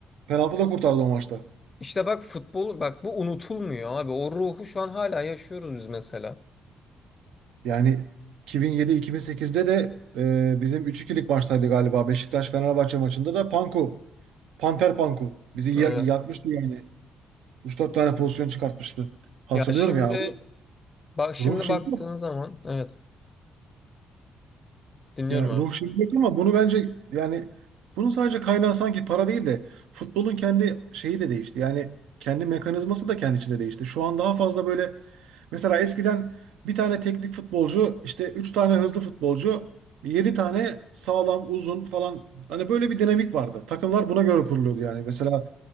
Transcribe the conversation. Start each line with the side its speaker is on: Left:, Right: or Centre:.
Right: penaltı da kurtardı o maçta.
Left: işte bak futbol bak bu unutulmuyor abi. O ruhu şu an hala yaşıyoruz biz mesela.
Right: Yani 2007-2008'de de e, bizim 3-2'lik maçtaydı galiba. Beşiktaş-Fenerbahçe maçında da Panku, Panter Panku bizi ya-
Left: Evet.
Right: yakmıştı yani. Üç dört tane pozisyon çıkartmıştı. Hatırlıyorum
Left: Ya şimdi
Right: ya. O
Left: Bak şimdi
Right: Ruh şimdi
Left: baktığın
Right: yok.
Left: zaman evet dinliyorum
Right: Ya ruh
Left: abi.
Right: şirket ama bunu bence yani bunun sadece kaynağı sanki para değil de futbolun kendi şeyi de değişti. Yani kendi mekanizması da kendi içinde değişti. Şu an daha fazla böyle mesela eskiden bir tane teknik futbolcu işte 3 tane hızlı futbolcu 7 tane sağlam uzun falan hani böyle bir dinamik vardı. Takımlar buna göre kuruluyordu yani. Mesela